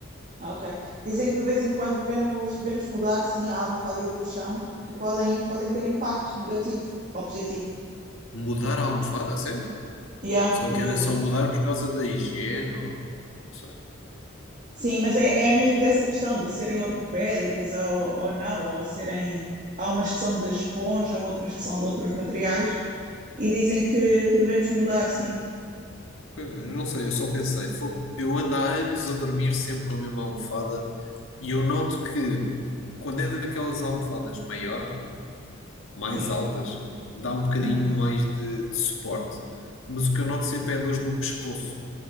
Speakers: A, on the right; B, on the left.
A: Ah, Ok. Dizem que de vez em quando devemos, devemos mudar, sim, a almofada e o colchão, que podem, podem ter impacto negativo ou positivo.
B: Mudar a almofada, a sério?
A: Yeah,
B: Pensava
A: e
B: que era
A: o...
B: só mudar por causa da higiene, ou... não sei.
A: Sim, mas é, é mesmo dessa questão de serem ortopédicas ou, ou não, ou serem. Há umas que são de esponja, outras que são de outros materiais, e dizem que, que devemos mudar, sim.
B: Pois é, Não sei, eu só pensei, fogo, eu ando há anos a dormir sempre com a mesma almofada e eu noto que quando é daquelas almofadas maior, mais
A: Sim.
B: altas, dá um bocadinho
A: Aham.
B: mais de, de suporte. Mas o que eu noto sempre é dores no pescoço